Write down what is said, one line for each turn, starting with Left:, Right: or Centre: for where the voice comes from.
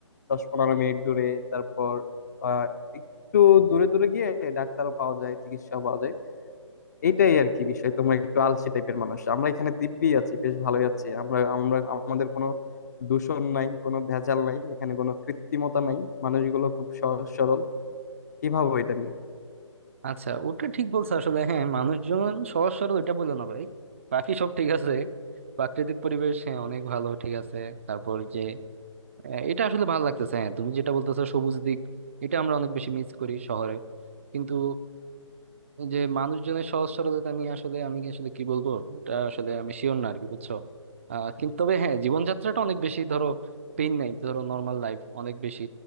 Left: দশ পনেরো মিনিট দূরে তারপর আহ একটু দূরে দূরে গিয়ে ডাক্তারও পাওয়া যায় চিকিৎসাও পাওয়া যায় এইটাই আর কি বিষয় তোমরা একটু আলসে টাইপের মানুষ আমরা এখানে দিব্যি আছি বেশ ভালোই আছি আমরা আমরা আমাদের কোনো দূষণ নাই কোনো ভেজাল নাই এখানে কোনো কৃত্রিমতা নাই মানুষগুলো খুব সহজ সরল কি ভাবো এটা নিয়ে
Right: আচ্ছা ওটা ঠিক বলছো আসলে হ্যাঁ মানুষজন সহজ সরল এটা বললো না ভাই বাকি সব ঠিক আছে প্রাকৃতিক পরিবেশ হ্যাঁ অনেক ভালো ঠিক আছে তারপর যে হ্যাঁ, এটা আসলে ভালো লাগতেছে হ্যাঁ তুমি যেটা বলতেছো সবুজ দিক এটা আমরা অনেক বেশি মিস করি শহরে কিন্তু এই যে মানুষজনের সহজ সরলতা নিয়ে আসলে আমি কি আসলে কি বলবো এটা আসলে আমি শিওর না আরকি বুঝছো আহ কিন্তু তবে হ্যাঁ জীবনযাত্রাটা অনেক বেশি ধরো পেইন নাই ধরো নর্মাল লাইফ অনেক বেশি